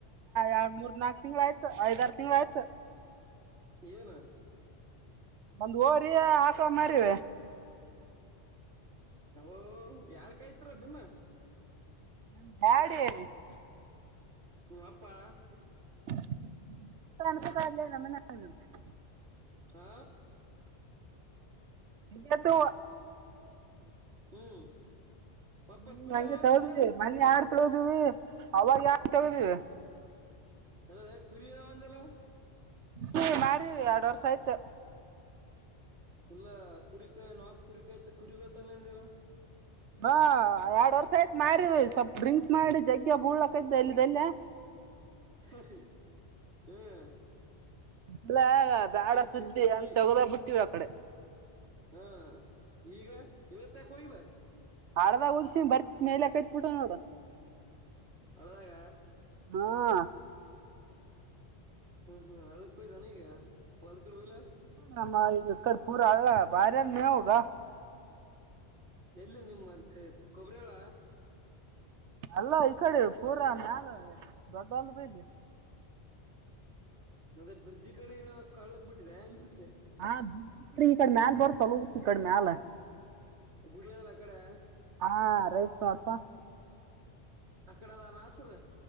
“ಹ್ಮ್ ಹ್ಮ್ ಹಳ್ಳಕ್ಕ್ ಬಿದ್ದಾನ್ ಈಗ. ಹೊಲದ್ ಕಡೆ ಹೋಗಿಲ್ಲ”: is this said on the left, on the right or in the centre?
Right